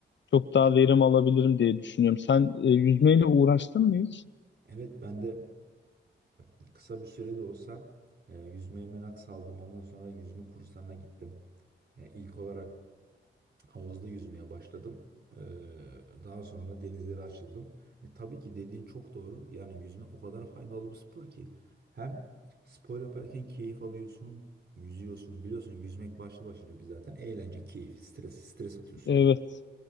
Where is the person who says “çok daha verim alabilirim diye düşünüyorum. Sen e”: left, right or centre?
Left